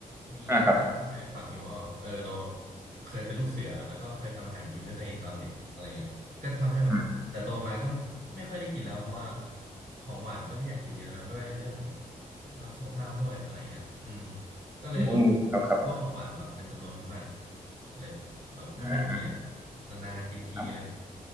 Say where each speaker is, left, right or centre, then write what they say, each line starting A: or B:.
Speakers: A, on the right; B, on the right.
A: มีเรื่องราวมากมายฝังอยู่ว่าแบบเออเรา
B: อ่าครับ
A: เคยเป็นลูกเสือแล้วก็เคยทำอาหารกินด้วยตัวเองตอนเด็กอะไรเงี้ยก็ทำให้แบบแต่โตมาก็
B: อ่า
A: ไม่ค่อยได้กินแล้วเพราะว่าของหวานก็ไม่อยากกินเยอะนะด้วยเรื่องแบบรักสุขภาพด้วยอะไรเงี้ยอืม ก็เลยลด
B: อืมครับครับ
A: พวกของหวานแบบเป็นจำนวนมากเลยแบบไม่ค่อยได้กินเลยอ่ะนานๆกินทีเลย
B: อ่าครับ